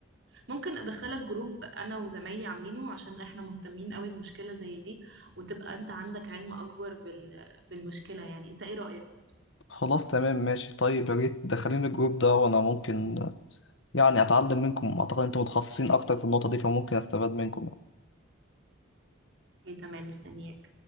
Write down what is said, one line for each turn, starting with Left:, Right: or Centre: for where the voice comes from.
Right: ممكن ادخلك جروب انا وزمايلي عاملينه عشان احنا مهتمين قوي بمشكلة زي دي وتبقى انت عندك علم اكبر بال... بالمشكلة يعني انت ايه رأيك؟
Left: خلاص تمام ماشي طيب يا ريت دخلين الجروب ده وأنا ممكن يعني أتعلم منكم أعتقد أنتم متخصصين أكتر في النقطة دي فممكن أستفاد منكم
Right: اوكي تمام مستنياك